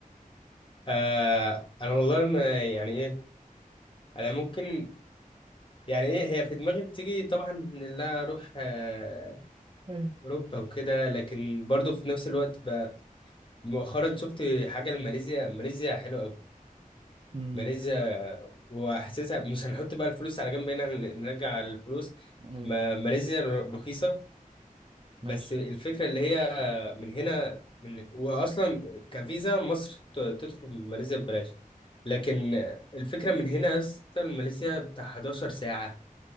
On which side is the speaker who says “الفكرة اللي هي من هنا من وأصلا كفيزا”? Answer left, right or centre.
Left